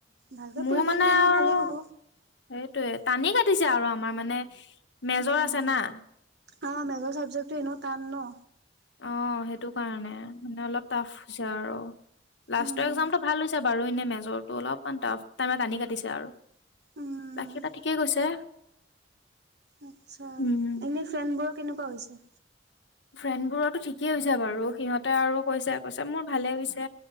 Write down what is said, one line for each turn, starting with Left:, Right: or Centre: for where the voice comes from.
Right: ভালকে
Left: মোৰ
Right: পৰীক্ষা
Left: মানে
Right: দিলে এনেও
Left: আৰু
Right: ভালেই হ'ব।
Left: সেইটোয়ে টানি ক দিছে আৰু আমাৰ মানে মেজৰ
Right: উম,
Left: আছে না।
Right: অ মেজৰ চাবজেক্টটো এনেও টান ন।
Left: অ সেইটো কাৰণে মানে অলপ টাফ হৈছে আৰু। লাষ্টৰ
Right: উম,
Left: একজাম টো। ভাল হৈছে বাৰু এনে মেজৰটো অলপমান টাফ টাইম আনি কাটিছে আৰু
Right: উম।
Left: বাকী এটা ঠিকে গৈছে।
Right: আচ্ছা
Left: উম
Right: এনে ফ্ৰেন বোৰৰ কেনেকুৱা? কোৱা হৈছে?
Left: ফ্ৰেণ্ড বোৰো ঠিকেই হৈছে বাৰু সিহঁতে আৰু কৈছে কৈছে মোৰ ভালে হৈছে